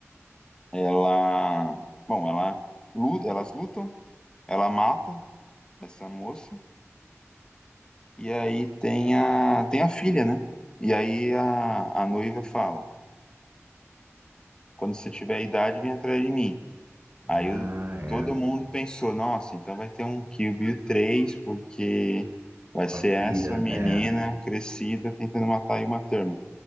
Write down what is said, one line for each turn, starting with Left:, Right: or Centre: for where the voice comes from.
Left: Ela, bom, ela, lu- elas lutam, ela mata essa moça e aí tem a, tem a filha, né? E aí a, a noiva fala, quando você tiver idade, vem atrás de mim. Aí
Right: Ah,
Left: o-
Right: é.
Left: todo mundo pensou, nossa, então vai ter um Kill Bill 3, porque vai
Right: Com
Left: ser
Right: a filha,
Left: essa menina
Right: é.
Left: crescida tentando matar a Uma Thurman.